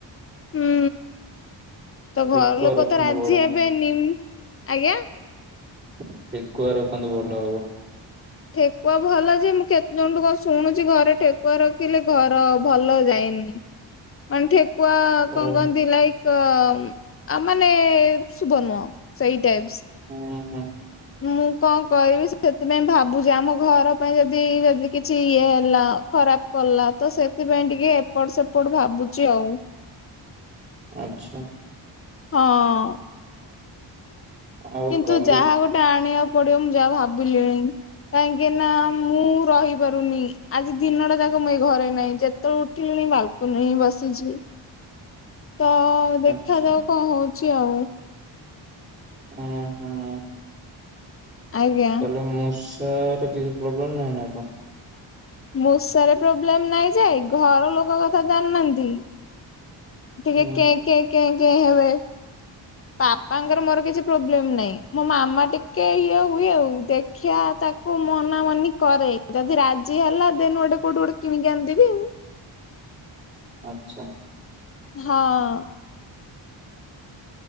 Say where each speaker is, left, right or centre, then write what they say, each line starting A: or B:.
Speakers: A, on the left; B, on the right.
A: ହୁଁ ତ
B: ଠେକୁଆ
A: ଘର ଲୋକ
B: ରଖନ୍ତୁ
A: ତ ରାଜି
B: ବଢିଆ
A: ହେବେନି। ଆଜ୍ଞା
B: ଠେକୁଆ ରଖନ୍ତୁ ଭଲ ହବ।
A: ଠେକୁଆ ଭଲ ଯେ ମୁଁ କେତେ ଜଣଙ୍କଠୁ କଣ ଶୁଣୁଛି ଘରେ ଠେକୁଆ ରଖିଲେ ଘର ଭଲ ଯାଏନି। ମାନେ ଠେକୁଆ କଣ
B: ଓହୋ
A: କହଁନ୍ତି ଲାଇକ୍ ଅ ଆ ମାନେ ଶୁଭ ନୁହଁ ସେଇ ଟାଇପ୍ସ୍।
B: ହୁଁ ହୁଁ।
A: ମୁଁ କଣ କହିବି ସେଥିପାଇଁ ଭାବୁଛି ଆମ ଘର ପାଇଁ ଯଦି ଯଦି କିଛି ଇଏ ହେଲା ଖରାପ କଲା ତ ସେଥିପାଇଁ ଟିକେ ଏପଟ ସେପଟ ଭାବୁଚି ଆଉ।
B: ଆଚ୍ଛା
A: ହଁ
B: ଆଉ
A: କିନ୍ତୁ
B: କାଲି
A: ଯାହା ଗୋଟେ ଆଣିବାକୁ ପଡିବ ମୁଁ ଯାହା ଭାବିଲିଣି। କାହିଁକି ନା ମୁଁ ରହିପାରୁନି। ଆଜି ଦିନଟା ଯାକ ମୁଁ ଏଇ ଘରେ ନାହିଁ। ଯେତେବେଳେ ଉଠିଲିଣି ବାଲ କୁନିରେ ହିଁ ବସିଛି ତ ଦେଖାଯାଉ
B: ଆଚ୍ଛା
A: କଣ ହଉଛି। ଆଉ
B: ହୁଁ ହୁଁ।
A: ଆଜ୍ଞା।
B: ତାହେଲେ ମୂଷାରେ କିଛି ପ୍ରୋବ୍ଲେମ ନାହିଁ ନା କଣ?
A: ମୂଷାରେ ପ୍ରୋବ୍ଲେମ ନାଇଁ ଯେ ଘର ଲୋକ କଥା ଜାଣିନାହାନ୍ତି। ଟିକେ
B: ହୁଁ
A: କେ
B: ହୁଁ
A: କେ କେ କେ ହେବେ। ବାପାଙ୍କର ମୋର କିଛି ପ୍ରୋବ୍ଲେମ ନାହିଁ। ମୋ ମାମା ଟିକେ ଇଏ ହୁଏ। ଆଉ ଦେଖିବା ତା ମୁଁ ମନା ମନି କରେ ଯଦି ରାଜି ହେଲା ଦେନ ଗୋଟେ କୋଉଠି ଗୋଟେ କିମିକି ଆଣିଦିବି ଆଉ।
B: ଆଚ୍ଛା
A: ହଁ